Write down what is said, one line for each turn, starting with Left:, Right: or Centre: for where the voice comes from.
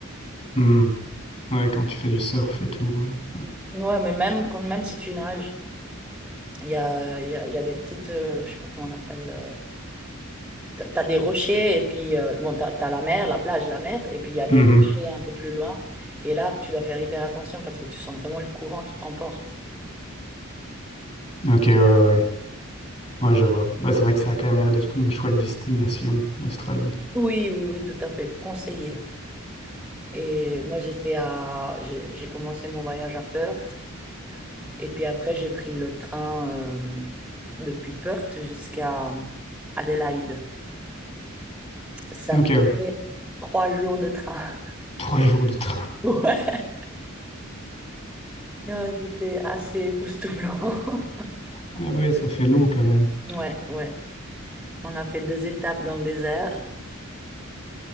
Left: Hmm. Ouais, quand tu fais du surf et tout. euh, ouais.
Centre: Ouais, mais même, quand, même si tu nages, il y a, il y a, il y a des petites, euh, je sais pas comment on appelle, euh, t'as t'as des rochers et puis, euh, bon, t'as, t'as la mer, la plage, la mer, et puis il y a des
Left: Mhm.
Centre: rochers un peu plus loin. Et là, tu dois faire hyper attention parce que tu sens vraiment le courant qui t'emporte.
Left: Ok, ouais, ouais. Ouais, je vois. Bah, c'est vrai que ça a quand même l'air d'être une chouette destination, l'Australie.
Centre: Oui, oui, oui, tout à fait, conseiller. Et moi, j'étais à, j'ai j'ai commencé mon voyage à Perth, et puis après, j'ai pris le train euh, depuis Perth jusqu'à Adélaïde. Ça
Left: Ok,
Centre: m'a
Left: ouais.
Centre: fait trois jours de train. <laughs>
Left: Trois jours de train.
Centre: Ouais, Ah, c'était assez époustouflant. <laughs>
Left: Ah ouais, ça fait long quand même.
Centre: Ouais, ouais. On a fait deux étapes dans le désert,